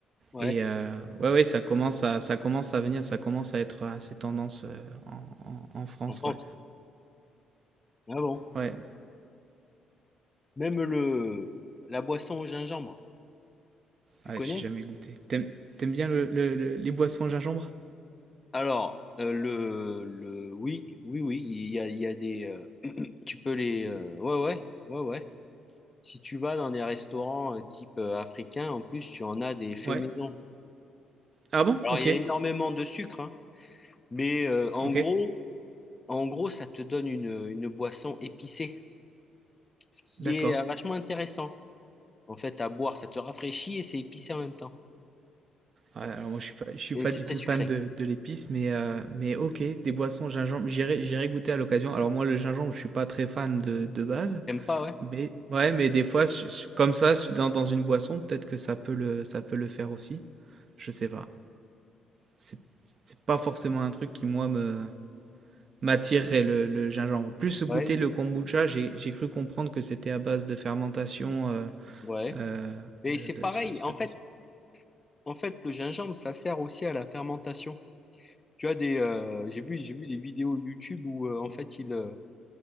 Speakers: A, on the left; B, on the right.
A: ouais,
B: Et euh, ouais, ouais, ça commence à, ça commence à venir, ça commence à être assez tendance euh, en, en- en France,
A: en France.
B: ouais.
A: Ah bon.
B: Ouais.
A: Même le la boisson au gingembre, tu
B: Ah,
A: connais?
B: j'ai jamais goûté. T'aimes t'aimes bien le- le- le- les boissons à gingembre
A: Alors euh, le le oui, oui oui, il y a il y a des euh, tu peux les euh, ouais ouais, ouais ouais. Si tu vas dans des restaurants euh, type euh, africain, en plus tu en as des faits
B: Ouais.
A: maison.
B: Ah bon
A: Alors
B: Ok,
A: il y a énormément de sucre, hein, mais euh, en
B: ok,
A: gros En gros, ça te donne une, une boisson épicée, ce qui
B: d'accord.
A: est euh, vachement intéressant, en fait, à boire. Ça te rafraîchit et c'est épicé en même temps.
B: Ouais, alors moi je suis pas, je suis
A: Et
B: pas
A: c'est
B: du
A: très
B: tout
A: sucré.
B: fan de, de l'épice, mais, euh, mais ok, des boissons au gingembre, j'irai, j'irai goûter à l'occasion. Alors moi le gingembre, je suis pas très fan de, de base,
A: T'aimes pas, ouais?
B: mais ouais, mais des fois su- su- comme ça su- dans, dans une boisson, peut-être que ça peut le, ça peut le faire aussi. Je sais pas. C'est, c'est pas forcément un truc qui moi me, m'attirerait le, le gingembre. Plus goûter
A: Ouais.
B: le kombucha, j'ai j'ai cru comprendre que c'était à base de fermentation euh,
A: Ouais.
B: euh,
A: Mais
B: de,
A: c'est pareil.
B: de ce- cette
A: En fait,
B: boisson.
A: en fait, le gingembre, ça sert aussi à la fermentation. Tu as des, euh, j'ai vu, j'ai vu des vidéos YouTube où, euh, en fait, ils, euh,